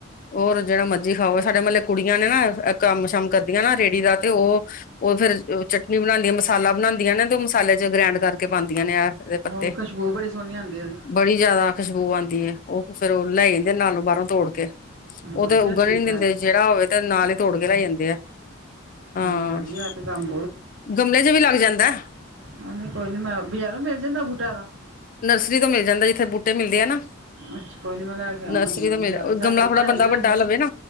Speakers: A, on the left; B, on the right.
A: ਹੋਰ ਜਿਹੜਾ ਮਰਜ਼ੀ ਖਾਓ ਸਾਡੇ ਮਹਲੇ ਕੁੜੀਆਂ ਨੇ ਨਾ ਕੰਮ ਸ਼ਮ ਕਰਦੀਆਂ ਨਾ ਰੇਹੜੀ ਦਾ ਤੇ ਉਹ ਉਹ ਫੇਰ ਚਟਨੀ ਬਣਾਂਦੀਆਂ ਮਸਾਲਾ ਬਣਾਂਦੀਆਂ ਨੇ। ਤੇ ਉਹ ਮਸਾਲੇ 'ਚ ਗ੍ਰੈਂਡ ਕਰਕੇ ਪਾਂਦੀਆਂ ਨੇ ਆ। ਦੇ ਪੱਤੇ
B: ਹੋਰ ਖੁਸ਼ਬੂ ਬੜੀ ਸੋਹਣੀ ਆਂਦੀ ਉਹਦੀ।
A: ਬੜੀ ਜਿਆਦਾ ਖੁਸ਼ਬੂ ਆਂਦੀ ਐ। ਉਹ ਫੇਰ ਲੈ ਜਾਂਦੇ ਨਾਲੋਂ ਬਾਹਰੋਂ ਤੋੜ ਕੇ। ਉਹ
B: ਵਧੀਆ
A: ਤੇ ਉੱਗਣ
B: ਤਰੀਕਾ
A: ਹੀ ਨੀ ਦਿੰਦੇ ਜਿਹੜਾ ਹੋਵੇ ਤੇ ਨਾਲ ਹੀ
B: ਅੱਛਾ
A: ਤੋੜ ਕੇ ਲੈ ਜਾਂਦੇ ਆ। ਹਾਂ
B: ਮੈਨੂੰ ਵਧੀਆ
A: <unintelligible>
B: ਤੇ ਕੰਮ
A: ਗਮਲੇ 'ਚ ਵੀ ਲੱਗ ਜਾਂਦਾ।
B: ਹਾ ਨਹੀਂ ਕੋਈ ਨੀ ਮੈਂ ਬਜਾਰੋਂ ਮਿਲ ਜਾਂਦਾ ਬੂਟਾ ਇਹਦਾ।
A: ਨਰਸਰੀ ਤੋਂ ਮਿਲ ਜਾਂਦਾ। ਜਿੱਥੋ ਬੂਟੇ ਮਿਲਦੇ ਆ ਨਾ।
B: ਅੱਛਾ ਕੋਈ ਨੀ ਮੈਂ ਲੈ ਕੇ ਆਵਾਂਗੀ
A: ਨਰਸਰੀ ਦਾ ਮਿਲ
B: ਜਾ ਕੇ ਸਾਡੇ
A: ਗਮਲਾ
B: ਉੱਪਰ
A: ਥੋੜਾ
B: ਹੈਗੀ
A: ਬੰਦਾ
B: ਵੈਸੇ।
A: ਵੱਡਾ ਲਵੇ ਨਾ